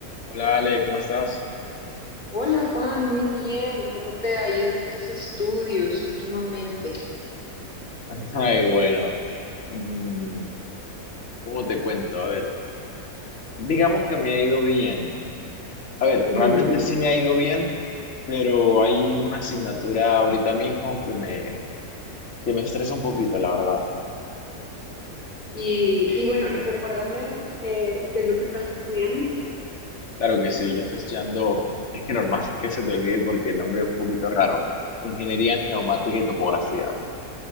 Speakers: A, on the left (about 55°); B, on the left (about 35°).
A: Hola Ale, ¿cómo estás?
B: Hola Juan, muy bien. ¿Cómo te ha ido en tus estudios últimamente?
A: <laughs> Ay, bueno, mm, ¿cómo te cuento? A ver, digamos que me ha ido bien. A ver,
B: Ujú.
A: realmente sí me ha ido bien, pero hay una asignatura ahorita mismo que me, que me estresa un poquito, la verdad.
B: Y, y bueno, re- recuérdame eh, qué es lo que estás estudiando.
A: Claro que sí, yo estoy estudiando, es que normal <laughs> que se te olvide porque el nombre es un poquito raro. Ingeniería en Geomática y Topografía.